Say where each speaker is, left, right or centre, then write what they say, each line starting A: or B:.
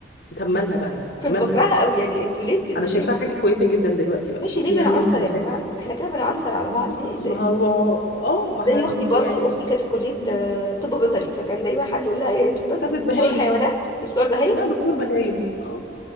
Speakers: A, on the left; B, on the left.
A: طب مالها بقى
B: <laughs>
A: يعني
B: كنت
A: مالها
B: بكرهها قوي يعني انتوا ليه بت... ليه
A: انا شايفاها حاجه كويسه جدا دلوقتي بقى
B: ماشي
A: شوفي
B: ليه بنعنصر
A: يعني انا
B: يا
A: شايفه
B: جماعه احنا كده بنعنصر على
A: ما
B: بعض
A: هو
B: ليه انت
A: ما هو هو- اه ما احنا
B: زي
A: نج-
B: اختي برضو
A: يعني
B: اختي كانت في كليه
A: م.
B: آه، طب بيطري فكان دايما حد يقول لها ايه انتوا بتوع
A: دكاترة
B: انتوا
A: بهايم
B: بتوع الحيوانات انتوا بتوع البهايم
A: لا دكتور بهايم اه